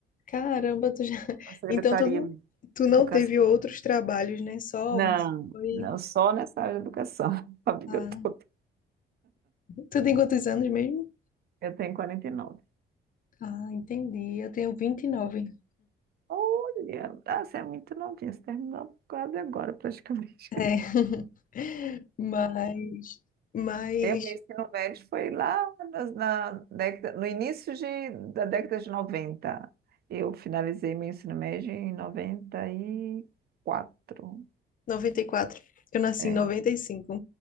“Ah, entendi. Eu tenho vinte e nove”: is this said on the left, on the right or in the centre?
Left